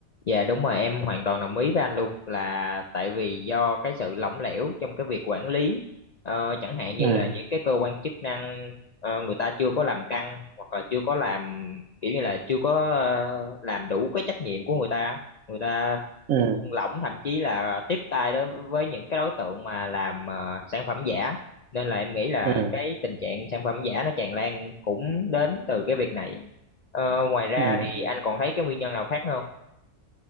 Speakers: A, on the left (about 80°); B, on the right (about 75°).
A: Dạ đúng rồi, em hoàn toàn đồng ý với anh luôn là tại vì do cái sự lỏng lẻo trong cái việc quản lý Ờ, chẳng hạn như
B: ừ
A: là những cái cơ quan chức năng ờ, người ta chưa có làm căng hoặc là chưa có làm kiểu như là chưa có ờ, làm đủ cái trách nhiệm của người ta người ta
B: ừ
A: buông lỏng thậm chí là tiếp tay đối với những cái đối tượng mà làm ờ, sản phẩm giả nên là em nghĩ là
B: ừ
A: cái tình trạng sản phẩm giả nó tràn lan cũng đến từ cái việc này Ờ, ngoài ra
B: ừ
A: thì anh còn thấy cái nguyên nhân nào khác nữa không?